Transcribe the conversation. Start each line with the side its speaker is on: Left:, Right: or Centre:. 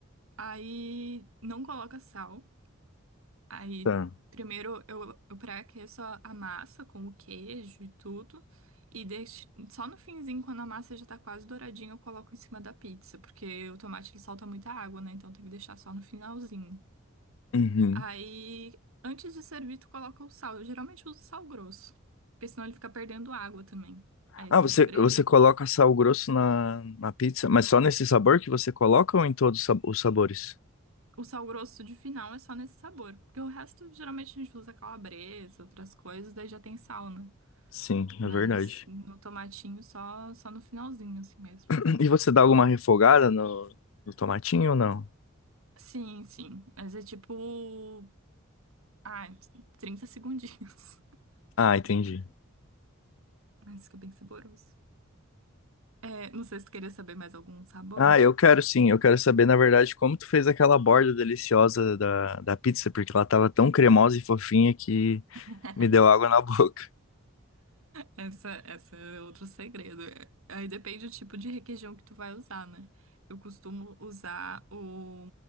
Right: Aí não coloca sal. Aí,
Left: tá.
Right: primeiro eu, eu pré-aqueço a a massa com o queijo e tudo. E deixo, só no finzinho, quando a massa já tá quase douradinha, eu coloco em cima da pizza, porque o tomate ele solta muita água, né? Então tem que deixar só no finalzinho.
Left: Uhum.
Right: Aí, antes de servir, tu coloca o sal. Eu geralmente uso sal grosso, porque senão ele fica perdendo água também. Aí
Left: Ah,
Right: esse
Left: você,
Right: é o segredinho.
Left: você coloca sal grosso na, na pizza, mas só nesse sabor que você coloca ou em todos os sab- os sabores?
Right: O sal grosso de final é só nesse sabor, porque o resto geralmente a gente usa calabresa, outras coisas, daí já tem sal, né?
Left: Sim,
Right: Mas
Left: é verdade.
Right: no tomatinho só, só no finalzinho, assim mesmo.
Left: <clears throat> E você dá alguma refogada no, no tomatinho ou não?
Right: Sim, sim. Mas é tipo. Ah, 30 segundinhos.
Left: Ah, entendi.
Right: <laughs> Mas fica bem saboroso. É, não sei se tu queria saber mais algum sabor.
Left: Ah, eu quero sim. Eu quero saber, na verdade, como tu fez aquela borda deliciosa da, da pizza, porque ela tava tão cremosa e fofinha que
Right: <laughs>
Left: me deu água na boca.
Right: Essa, essa é outro segredo. É, Aí depende do tipo de requeijão que tu vai usar, né? Eu costumo usar o,